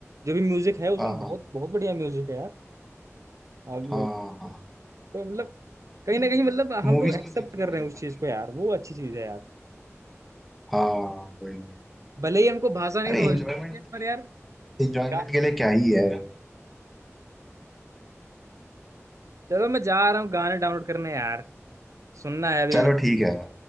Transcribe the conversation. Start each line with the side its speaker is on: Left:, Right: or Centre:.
Right: जो भी म्यूजिक है उसमें
Centre: हाँ
Right: बहुत
Centre: हाँ
Right: बहुत बढ़िया म्यूजिक है यार अब
Centre: हाँ हाँ
Right: तो मतलब कहीं ना
Centre: मूवीज
Right: कहीं मतलब
Centre: मूवीज
Right: हम लोग एक्सेप्ट
Centre: तो देखी
Right: कर
Centre: है मैंने
Right: रहे हैं उस
Centre: काफी
Right: चीज को यार वो अच्छी चीज है यार
Centre: हाँ वही वही
Right: भले ही हमको भाषा नहीं
Centre: अरे
Right: समझ
Centre: इंजॉयमेंट
Right: में आती है पर यार
Centre: इंजॉयमेंट
Right: गा-
Centre: के लिए क्या ही है
Right: चलो मैं जा रहा हूँ गाने डाउनलोड करने यार सुनना है अभी
Centre: चलो ठीक है